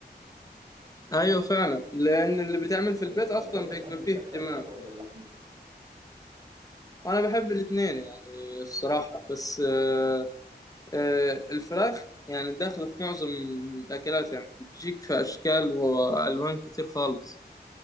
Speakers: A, on the left; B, on the right.
A: ايوه فعلا لان اللي بيتعمل
B: ده حقيقه
A: في البيت
B: فعلا
A: اصلا
B: طب انت
A: بيبقى
B: بتحب
A: فيه
B: الفراخ
A: اهتمام
B: اكتر ولا اللحمه؟
A: وانا بحب الاتنين يعني الصراحه بس آه، آه، الفراخ يعني داخله في معظم الاكلات يعني بتجيك في اشكال والوان كتير خالص